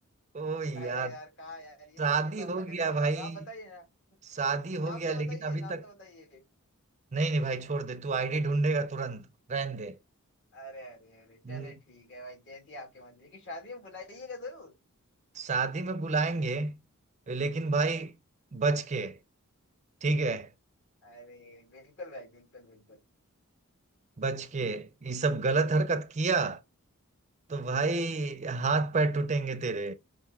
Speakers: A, on the right; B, on the left.
A: ओ यार
B: अरे यार कहा यार ये
A: शादी
B: तो ये तो
A: हो
B: अपना
A: गया
B: घरेलू काम
A: भाई
B: है आप बताइए ना
A: शादी
B: <laughs> नाम
A: हो गया
B: तो
A: लेकिन
B: बताइए
A: अभी
B: नाम
A: तक
B: तो बताइए
A: नहीं नहीं भाई छोड़ दे तू आईडी ढूंढेगा तुरंत रहने
B: अरे अरे अरे
A: दे
B: चले ठीक है भाई जैसी आपकी मर्जी की शादी में बुलाइएगा जरूर
A: शादी में बुलाएंगे लेकिन भाई बच के ठीक है
B: अरे बिल्कुल भाई बिल्कुल बिल्कुल
A: बच के ये सब गलत हरकत किया तो भाई हाथ पैर टूटेंगे तेरे